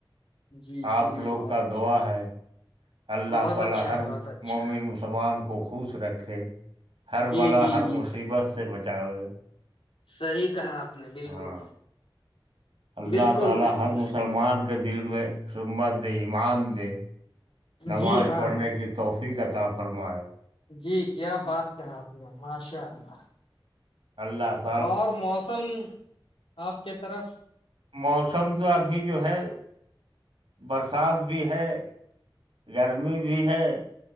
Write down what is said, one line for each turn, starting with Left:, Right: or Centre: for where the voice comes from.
Left: جی
Right: آپ
Left: چلیے
Right: لوگ
Left: بہت
Right: کا
Left: اچھا
Right: دعا ہے اللہ
Left: بہت
Right: تعالی
Left: اچھا
Right: ہر
Left: بہت اچھا
Right: مومن سبان کو خوش رکھے ہر
Left: جی
Right: بلا
Left: جی
Right: ہر
Left: جی
Right: مصیبت سے بچاوے
Left: صحی کہا آپ نے بالکل
Right: ہاں اللہ
Left: بالکل
Right: تعالی
Left: بالکل
Right: ہر مسلمان کے دل میں سمت دے ایمان دے نماز
Left: جی ہاں
Right: پڑھنے
Left: ہاں
Right: کی تو توحفی کا تا فرمایا
Left: جی کیا بات کہا آپ نے ماشاء اللہ
Right: اللہف
Left: اور موسم آپ کے طرف
Right: موسم تو ابھی جو ہے برسات بھی ہے گرمی بھی ہے